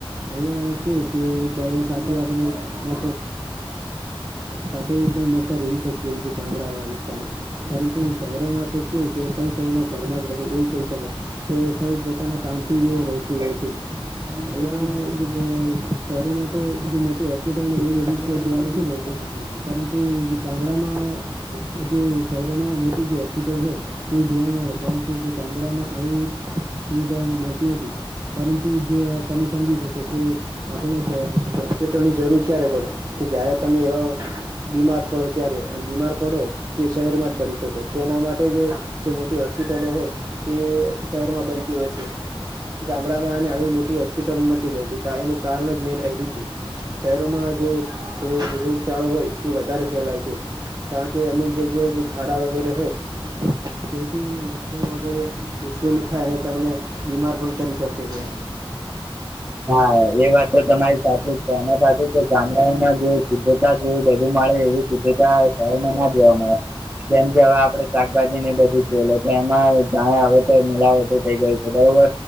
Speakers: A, on the right; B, on the right.
A: અહિયાં કેવું કે એક ભાઈને સાથે આપણે મ સાથે એકદ મસ્ રહી શકીએ ગામડા વાળા વિસ્તારમાં પરંતુ શહેરોમાં તો કુ કે સૌ સૌના ઘરમાં જ રહે એવું કહી શકો તે સૌ પોતાના કામથી એવું રહેતું હોય છે. અહિયાં શહેરોમાં તો જે મો હોસ્પિટલ એવું બધું જોવા નથી મળતું પરંતુ જે ગામડામાં ઉગે શહેરોમાં મેથી જે હોસ્પિટલ હોય તેવું જોવા મળે, પરંતુ જે ગામડામાં આવી સુવિધાઓ મળતી નથી, પરંતુ જે તમે સમજી શકો કે આપને જો હોસ્પિટલની જરૂર ક્યારે પડે, કે જયારે તમે એવા બીમાર પડો ત્યારે, અને બીમાર પડો તે શહેરમાં જ પડી શકો, તેના માટેજે જે મોટી હોસ્પિટલો હોય તે શહેરમાં બનતી હોય છે, ગામડામાં ને આવી મોટી હોસ્પ પીટલ નથી બનતી કાય કારણજ મેન એયરુ છે. શહેરોમાં જે અ રૂમચળો હોય તે વધારે ફેલાય છે, કારણ કે અમુક જગ્યાએ જે ખાડા વગેરે હોય, તેથી મચ્છર વગેરે ઉત્પન્ન થાય, ને તમને બીમાર પણ કરી શકે છે.
B: હા એ વાત તો તમારી સાચીજ છે, એના પાસે ગામડાઓમાં જો શુદ્ધતા જો બધું મળે એવી શુદ્ધતા શહેરમાં ના જોવા મળે. જેમ કે હવે આપડે શાકભાજી ને બધું જ જોઇલે, તો એમાં જાણે હવે તો મિલાવટું થઈ ગયુ. વધારે હો,